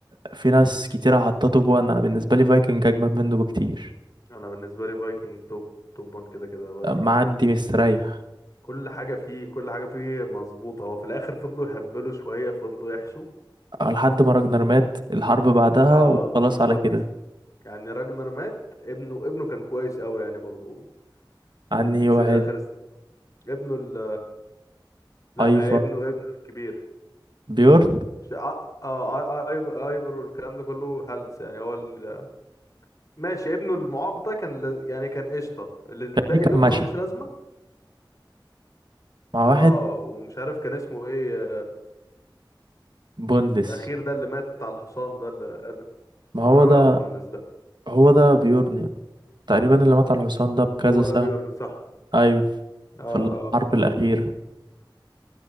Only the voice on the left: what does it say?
أنا بالنسبة لي فايكنج توب توب 1 كده كده فايكنج
كل حاجة فيه كل حاجة فيه مظبوطة هو في الآخر فضلوا يهبلوا شوية فضلوا يحشوا
اه
بالظبط
يعني راجنر مات ابنه ابنه كان كويس قوي يعني برضو
الس-
آخر الس- ابنه ال... لا
ابنه ابنه الكبير
ش- اه آه، آي- آي- ايفر والكلام ده كله هلس يعني هو ال... ماشي ابنه المعاق ده كان لز... يعني كان قشطه ال- الباقي
دول
ملهمش لازمه
اه
ومش عارف كان اسمه ايه آه،
الاخير ده اللي مات على الحصان ده اللي قال
اه
بونلس ده
هو
ده بيورن صح
اه
اه هو
ده بيورن